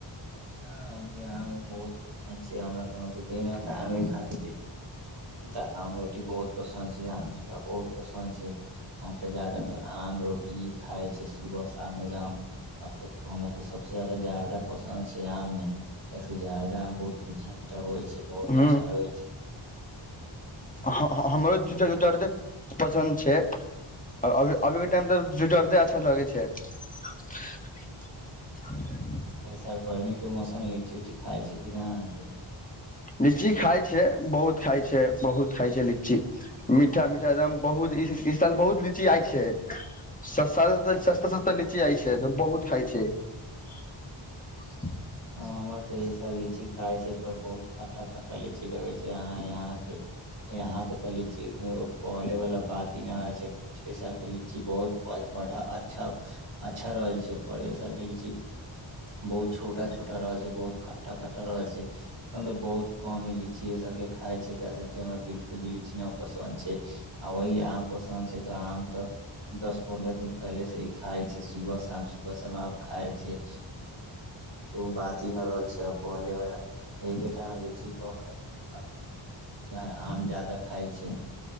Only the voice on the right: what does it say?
आम। अभी आम-उम बहुत पसन्द छीये हमरा। हम ते दिन रा त आमे खाय छी। हम ते आम, रोटी बहुत पसन्द छै, आम चिल्का बहुत पसन्द छै, हम ते जादातर आम, रोटी ही खाय छीये सुबह-शाम एगदम, अभी ते हमरा ते सबसे जादा जर्दा पसन्द छै। ए आम मे, ऐसे जरदा आम बहुत मीठा-मीठा होय छै। बहुत
अच्छा लगै छै
त सर गर्मीके मौसममे लीची उची खाइ छै कि नहि अहाँके। <unintelligible>
ह हमरा तस लीची खााय छै पर बहुत। <unintelligible> खट्टा-खट्टा लीची लगे छै, अहाँ यहां के इहां के ते लीची उ ओय पहले वला बात ही ना छै, पिछले साल के लीची बहुत <unintelligible> बड़ा अच्छा, अच्छा रहल जे पड़े सर बहुत छोट। <unintelligible> छोटा -छोटा रहल छै बहुत खट्टा- खटटा रहल छै तऽ बहुत कम इ लीची सब के खाय छै क हमरा बिलकुल। <unintelligible> फ बिली चिह पसन्द छै। <unintelligible> आ वही आम पसन्द छै तऽ आम तऽ दस पन्द्रह दिन पहिले से ही खाइ छै सुबह शाम- सुबह शाम आम खाइ छै। तऽ ओ बात ही नहि रहल छै आ पहले बार एहिके कारण लीची कम खाइ छै आ आम जाादा खाइ छै